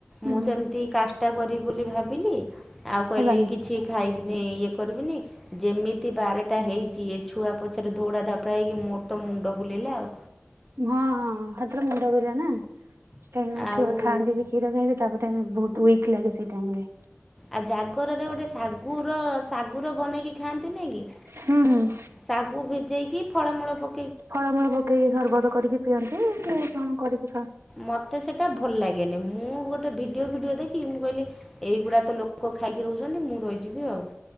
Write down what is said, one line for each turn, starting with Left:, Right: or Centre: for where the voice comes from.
Right: ହୁଁ
Centre: ମୁଁ
Right: ହୁଁ
Centre: ସେମତି କାଷ୍ଟା କରିବି ବୋଲି ଭାବିଲି ଆଉ କହିଲି
Right: ହେଲାନି
Centre: କିଛି ଖାଇବିନି ଇଏ କରିବିନି। ଯେମିତି ବାରଟା ହେଇଚି ଏ ଛୁଆ ପଛରେ ଧଉଡା ଧାପଡା ହେଇକି ମୋର ତ ମୁଣ୍ଡ ବୁଲେଇଲା ଆଉ।
Right: ହଁ ହଁ ହେଥୀରେ ମୁଣ୍ଡ ବୁଲାଏ ନା। କାହିଁକି ନା ଛୁଆ
Centre: ଆଉ
Right: ଖାଆନ୍ତି ବି। କ୍ଷୀର ଖାଇବେ। ତାପରେ ବହୁତ ୱିକ୍ ଲାଗେ ସେ ଟାଇମ୍ ରେ।
Centre: ଆଉ ଜାଗରରେ ଗୋଟେ ଶାଗୁର ଶାଗୁର ବନେଇକି ଖାଆନ୍ତିନି କି?
Right: ହୁଁ ହୁଁ।
Centre: ଶାଗୁ ଭିଜେଇକି ଫଳମୂଳ ପ
Right: ଫଳମୂଳ ପକେଇକି ସରବତ କରିକି ପିଅନ୍ତି। ସେ କଣ କରିକି ଖା
Centre: ମତେ ସେଟା ଭଲ ଲାଗେନି। ମୁଁ ଗୋଟେ ଭିଡିଓ ଫିଡିଓ ଦେଖି ମୁଁ କହିଲି ଏଇଗୁଡା ତ ଲୋକ ଖାଇକି ରହୁଛନ୍ତି ମୁଁ ରହିଯିବି ଆଉ